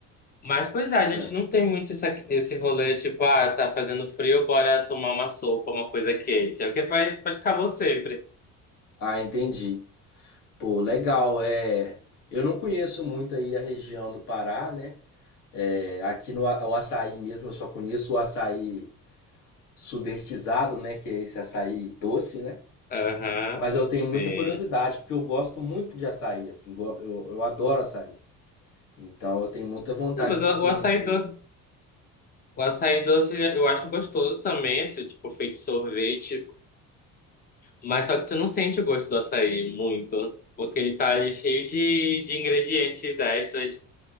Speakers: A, on the left (about 30°); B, on the left (about 70°).
A: Mas, pois
B: Pois
A: é, a gente
B: é.
A: não tem muito essa, esse rolê, tipo, ah, tá fazendo frio, bora tomar uma sopa, uma coisa quente. É o que faz, faz calor sempre.
B: Ah, entendi. Pô, legal. É, eu não conheço muito aí a região do Pará, né? É, aqui no a- o açaí mesmo, eu só conheço o açaí sudestizado, né? Que é esse açaí doce, né?
A: Aham,
B: Mas eu tenho
A: sim.
B: muita curiosidade, porque eu gosto muito de açaí, assim, go- eu, eu adoro açaí. Então eu tenho muita vontade
A: Não, mas
B: de
A: o,
B: conhecer
A: o açaí
B: ele.
A: doce O açaí doce ele- eu acho gostoso também, esse tipo feito sorvete, mas só que tu não sente o gosto do açaí muito, porque ele tá ali cheio de, de ingredientes extras.